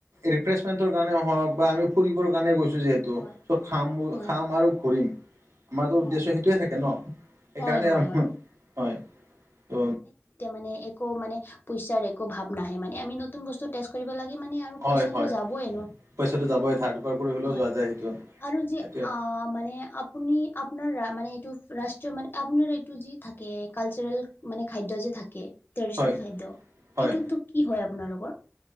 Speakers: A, on the right; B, on the left.
A: ৰিফ্ৰেছমেন্টৰ কাৰণে হওক বা আমি ফুৰিবৰ কাৰণে গৈছো যিহে টো
B: হয়
A: চ খাম -
B: হয়
A: খাম আৰু ঘূৰিম। আমাৰতো
B: হয়
A: উদ্দেশ্য সেইটোৱে থাকে ন সেইকাৰণে
B: হয় হয়
A: আৰু
B: হয়
A: হয়- ত'
B: মানে- তেতিয়া মানে একো মানে পইচাৰ একো ভাৱ নাহে মানে আমি নতুন বস্তু টেষ্ট কৰিব লাগে মানে আৰু।
A: হয়
B: পইচাটো
A: হয়
B: যাবই ন,
A: পইচাটো যাবই ধাৰ দুপাৰ কৰি হ'লেও
B: হয়
A: যোৱা যায় সেইটোত
B: আৰু যে
A: সেইটোৱে
B: আ মানে আ আপুনি আপোনাৰ মানে এইটো ৰাষ্ট্ৰীয় মানে আপোনাৰ এইটো যি থাকে কালচাৰেল মানে খাদ্য যে থাকে ট্ৰেডিচনেল
A: হয়
B: খাদ্য
A: হয়
B: এইটো টো কি হয় আপোনালোকৰ?